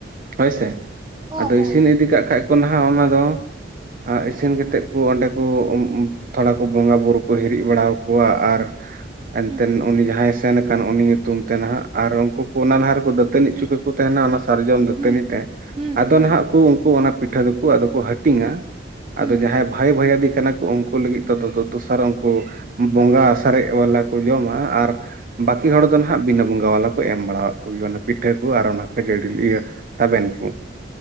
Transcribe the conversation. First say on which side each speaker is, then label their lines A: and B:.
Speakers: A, on the right; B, on the right.
A: ᱦᱳᱭ ᱥᱮ ᱟᱫᱚ
B: ᱚ
A: ᱤᱥᱤᱱ
B: ᱚ ᱚ
A: ᱤᱫᱤ ᱠᱟᱜ ᱠᱷᱟᱡ ᱠᱚ ᱱᱟᱦᱟᱜ ᱚᱱᱟ ᱫᱚ ᱟᱸᱜ ᱤᱥᱤᱱ ᱠᱟᱛᱮᱫ ᱠᱩ ᱚᱸᱰᱮ ᱠᱩ ᱛᱷᱚᱲᱟ ᱠᱚ ᱵᱚᱸᱜᱟ ᱵᱩᱨᱩ ᱠᱚ ᱦᱤᱨᱤᱡ ᱵᱟᱲᱟ ᱣᱟᱠᱩᱣᱟ ᱟᱨ ᱮᱱᱛᱮᱱ
B: ᱦᱩᱸ
A: ᱩᱱᱤ ᱡᱟᱦᱟᱸᱭ ᱥᱮᱱ ᱠᱟᱱ ᱩᱱᱤ ᱛᱩᱢ ᱛᱮ ᱱᱟᱦᱟᱜ ᱟᱨ ᱩᱝᱠᱩ ᱠᱚ ᱚᱱᱟ ᱞᱟᱦᱟ ᱨᱮ ᱠᱚ ᱫᱟᱹᱛᱟᱹᱱᱤ ᱚᱪᱚ ᱠᱚ ᱛᱟᱦᱮᱱᱟ ᱚᱱᱟ ᱥᱟᱨᱡᱚᱢ ᱫᱟᱹᱛᱟᱹᱱᱤ
B: ᱦᱩᱸ
A: ᱛᱮ
B: ᱦᱩᱸ
A: ᱟᱫᱚ
B: ᱦᱩᱸ
A: ᱱᱟᱦᱟᱜ ᱠᱩ ᱩᱱᱠᱩ ᱚᱱᱟ ᱯᱤᱴᱷᱟᱹ ᱫᱩ ᱠᱩ ᱟᱫᱚ ᱠᱚ ᱦᱟᱹᱴᱤᱧᱟ
B: ᱦᱩᱸ
A: ᱟᱫᱚ ᱡᱟᱦᱟᱸᱭ
B: ᱦᱩᱸ
A: ᱵᱷᱟᱭ ᱵᱷᱚᱭᱦᱟᱫᱤ ᱠᱟᱱᱟ ᱠᱚ ᱩᱱᱠᱩ ᱩᱱ ᱞᱟᱹᱜᱤᱫ ᱛᱚ ᱛᱚ ᱛᱚ ᱫᱚᱥᱟᱨ ᱩᱱᱠᱩ ᱵᱚᱸᱜᱟ ᱥᱟᱨᱮᱡ ᱵᱟᱞᱟ ᱠᱚ ᱡᱚᱢᱟ ᱟᱨ ᱵᱟᱠᱤ ᱦᱚᱲ ᱫᱚ ᱱᱟᱟᱜ ᱵᱤᱱᱟᱹ ᱵᱚᱸᱜᱟ ᱵᱟᱞᱟ ᱠᱚ ᱮᱢ ᱵᱟᱲᱟᱣᱟᱜ ᱠᱚᱜᱮ ᱚᱱᱟ ᱯᱤᱴᱷᱟᱹ ᱠᱚ ᱟᱨ ᱚᱱᱟ ᱠᱷᱟᱹᱡᱟᱹᱲᱤ ᱤᱭᱟᱹ ᱛᱟᱵᱮᱱ ᱠᱚ